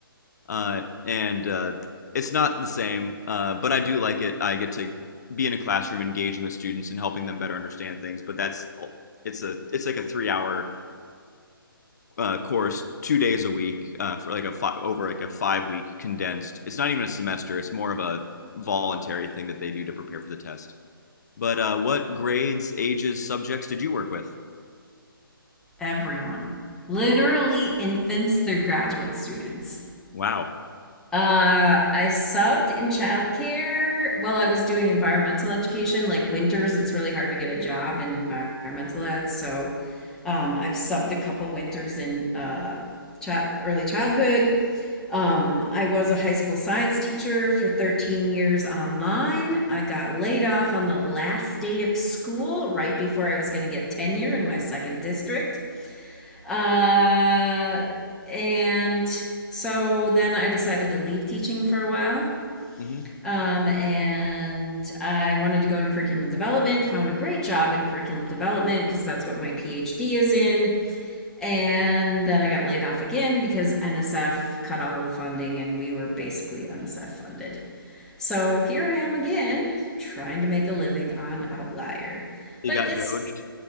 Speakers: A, on the left; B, in the centre.
A: uh, and uh, it's not the same, uh, but I do like it. I get to be in a classroom, engaging with students and helping them better understand things. But that's it's a it's like a three-hour uh, course two days a week uh, for like a fi- over like a five week condensed. It's not even a semester. It's more of a voluntary thing that they do to prepare for the test. But uh, what grades, ages, subjects did you work with? <laughs>
B: Everyone. Literally infants through graduate students.
A: Wow.
B: Uh, I subbed in childcare Well, I was doing environmental education. Like winters, it's really hard to get a job in environmental ed. So, um, I've subbed a couple winters in uh, chi- early childhood. Um, I was a high school science teacher for 13 years online. I got laid off on the last day of school, right before I was going to get tenure in my second district. Uh, and so then I decided to leave teaching for a while.
A: Mm-hmm.
B: Um, and I wanted to go in curriculum development, found a great job in curriculum development because that's what my PhD is in. And then I got laid off again because NSF cut all the funding and we were basically NSF funded. So here I am again trying to make a living on Outlier.
A: You
B: But
A: got
B: it's
A: doged.